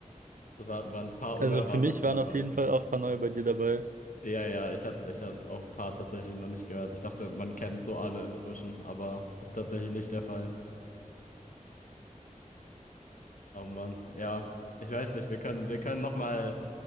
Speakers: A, on the left; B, on the right.
A: Es war, waren ein paar Unerwartete
B: Also für mich waren
A: dabei.
B: auf jeden Fall auch ein paar neue bei dir dabei.
A: Ja, ja, ich hatte ich hatte auch ein paar tatsächlich noch nicht gehört. Ich dachte, man kennt so alle inzwischen, aber ist tatsächlich nicht der Fall. Aber Mann, ja, ich weiß nicht, wir können, wir können nochmal noch mal